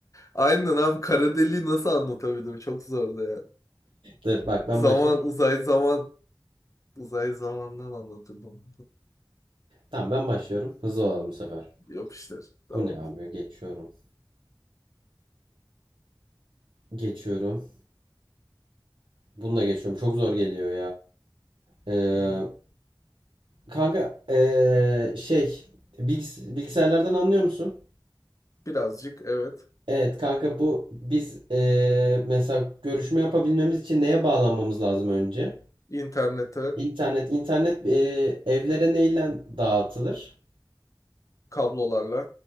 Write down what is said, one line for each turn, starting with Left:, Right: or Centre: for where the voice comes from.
Left: aynen abi kara deliği nasıl anlatabildim çok zordu ya
Right: Dur bak ben
Left: zaman
Right: başlıyorum.
Left: uzay zaman uzay zamandan anlatırdım
Right: Tamam ben başlıyorum. Hızlı olalım bu sefer.
Left: yapıştır tamam
Right: Bu ne abi? Geçiyorum. Geçiyorum. Bunu da geçiyorum. Çok zor geliyor ya.
Left: Hı hı.
Right: Kanka eee, şey bilgis- bilgisayarlardan anlıyor musun?
Left: birazcık evet
Right: Evet kanka bu biz eee, mesela görüşme yapabilmemiz için neye bağlanmamız lazım önce?
Left: internete
Right: İnternet internet eee, evlere neyle dağıtılır?
Left: kablolarla